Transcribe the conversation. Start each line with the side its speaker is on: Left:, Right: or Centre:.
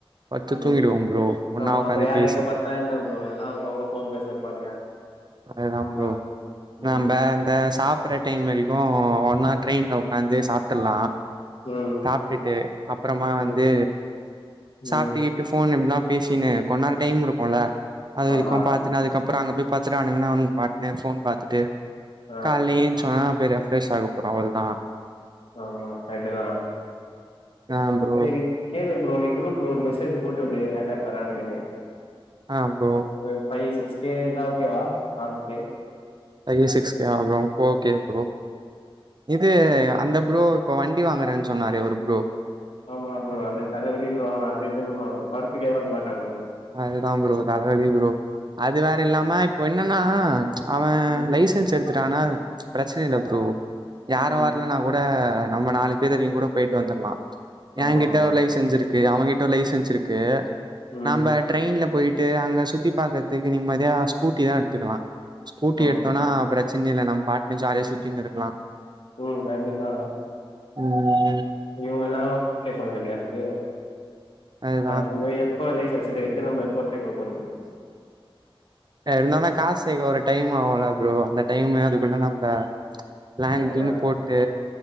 Right: படுத்து
Left: ம்
Right: தூங்கிடுவோ ப்ரோ ஒன்னா
Left: ஆமா
Right: உக்காந்து
Left: அப்றோ யார்
Right: பேசிட்டு
Left: எங்க பாத்தா என்ன ப்ரோ அதெல்லா அவுங்க அவுங்க போன் பேச இருப்பானுங்க
Right: வேணா
Left: நம்ப
Right: ப்ரோ
Left: ம்
Right: நம்ம அந்த சாப் ற டைம் வரைக்கு ஒன்னா உக்காந்து ட்ரெயின்ல சாப்ட்றலா
Left: ம்
Right: சாப்ட்டுட்டு அப்புறமா வந்து
Left: ம்
Right: சாப்ட்டு
Left: ம்
Right: இப்ப போன் கீன்லா பேசுனு கொஞ்ச நேரோ டைம் இருக்கும்ல அது வரைக்கு
Left: ஆமா
Right: பாத்துனு அதுக்கப்றோ அங்க போய் பத் துனானுங்கனா அவனுக்கு பாட்டுனு போன் பாத்துட்டு
Left: ஆ
Right: காலைல எந்திரிச்சொனே போய் ரெஃப் ரெஷ் ஆக போறோ அவளோதா
Left: ஆமா கரட்டுதா
Right: ஆ ப்ரோ
Left: செரி கேளு ப்ரோ நீ குரூப்ல ஒரு மெசேஜ் போட்டுவுடு யார் யார் வரானுங்கனு
Right: ஆ ப்ரோ
Left: ஒரு ஃபைவ் சிக்ஸ் கே இருந்தா ஓகேவா ஒரு ஆளுக்கு
Right: ஃபைவ் சிக்ஸ் கே வா ப்ரோ ஓ கே ப்ரோ இது அந்த ப்ரோ இப்போ வண்டி வாங்கறேன்னு சொன்னாரே ஒரு ப்ரோ
Left: ஆமா ப்ரோ அது தலவலி ப்ரோ அவெ அது இதுன்னுவா படத்துக்கே வர மாட்டாங்க ப்ரோ
Right: அதுதா ப்ரோ தலவழி ப்ரோ வேற
Left: ம்
Right: இப்ப என்னன்னா அவன்
Left: ம்
Right: லை சன்ஸ் எடுத்துனா பிரச்சன இல்ல ப்ரோ யாரு
Left: ம்
Right: வரலனா கூட நம்ம நாளைக்கு தெரியு கூட போய்ட்டு வந்துடற்லா
Left: ஆமா
Right: என்கிட்ட
Left: ஆமா
Right: லைசன்ஸ் இருக்கு அவங்கிட்ட லைசன்ஸ் இருக்கு
Left: ம்
Right: நம்ப ட்ரெயின்ல போய்ட்டு அங்க சுத்தி பாக்கறதுக்கு நிம்மதியா ஸ்கூட்டி தா எடுத்துக்கலா ஸ்கூட்டி
Left: ஆமா
Right: எடுத்தோம்னா பிரச்சன இல்ல நம்ம பாட்டுன்னு ஜாலியா சுத்தினு இருக்கலா
Left: ப்ரோ சாப்டீங்ளா
Right: ம்
Left: இவங்கல்லா ஓ கே சொல்னும்ல ப்ரோ
Right: அதுதா
Left: அதுவரயு எப்போ லைசன்ஸ் வந்து நம்ம எப்போ ட்ரிப்பு போறது
Right: இருந்தொனே காசு சேக்க ஒரு டைம் ஆகுல ப்ரோ அந்த டைமு அதுக்குள்ள நம்ம பிளானு
Left: கரெக்ட்டுதா
Right: கீன்னு போட்டு